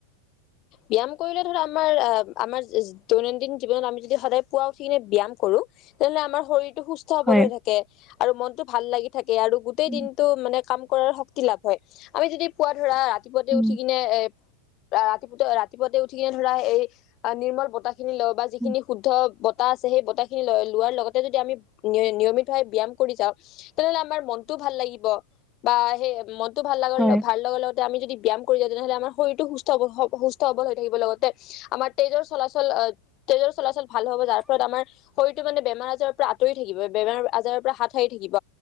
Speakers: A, on the left; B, in the centre.
A: ব্যায়াম কৰিলে। আমাৰ আমাৰ দৈনন্দিন জীৱনত আমি যদি সদায় পুৱা উঠি কিনে ব্যয়াম কৰো তেনেহ'লে আমাৰ শৰ সুস্থ সবল
B: হয়
A: হৈ থাকে আৰু মনতটো ভাল লাগি থাকে আৰু গোটেই
B: উম
A: দিনতটো মানে ক কৰাৰ শক্তি লাভ হয় আমি যদি পুৱা ধৰা ৰাতিপুৱা
B: উম
A: এ ৰাতিপ ৰাতিপুৱতে উঠি কিনে ধৰা, এই নিৰ্মল বতাহ খিনি লও বা যিখিনি
B: হয়,
A: শুদ্ধ বতাহ আছে সেই খিনি লোৱাৰ লগতে যদি আমি নিয়মিত হৈাৱ ব্যয়ায়াম কৰি যাওঁ তেনেহ'লে আমাৰ মনতটো ভাল লাগিব <unintelligible> বা সেই ম ভাল লাগাৰ-ভাল
B: হয়,
A: লগতে আমি যদি ব্যায়াম কৰি যাওঁ, তেনেহ'লে আমাৰ শৰীৰটো সুস্থ-সুস্থ সবল হৈ <unintelligible> লগতে আমাৰ তেজৰ চলাচল আ, তেজৰ চলাচল ভাল হ'ব যাৰফলত আমাৰ শৰীৰটো মানে বে বেমাৰ আজাৰৰ পৰা আঁতৰি থাকিব, বেমাৰ আজাৰৰ পৰা হাত সাৰি থাকিব